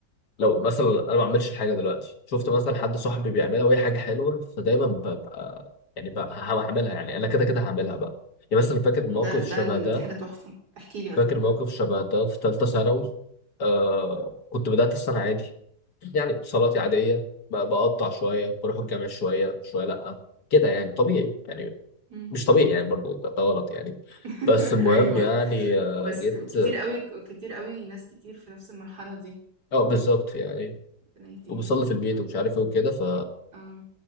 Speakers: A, on the left (about 60°); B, on the right (about 55°).
A: لو مثلا أنا ما بعملش الحاجة دلوقتي شفت مثلا حد صاحبي بيعملها وهي حاجة حلوة فدايما ببقى يعني بقى هعملها يعني أنا كده كده هعملها بقى يعني مثلا فاكر موقف
B: ده
A: شبه
B: ده ال-
A: ده
B: دي حاجه تحفه احكي لي ارجوك
A: فاكر موقف شبه ده في ثالثة ثانوي آه كنت بدأت السنة عادي يعني اتصالاتي عادية ب- بقطع شوية بروح الجامع شوية شوية لأ كده يعني طبيعي يعني
B: مم.
A: مش طبيعي يعني برضو ده ده غلط يعني
B: <laughs>
A: بس المهم
B: ايوه
A: يعني آه،
B: بس
A: جيت
B: ك- كتير قوي كتير قوي ناس كتير في نفس المرحله دي
A: اه بالظبط يعني
B: ربنا يهديهم
A: وبصلي في البيت
B: اتفضل.
A: ومش عارف ايه وكده ف
B: اه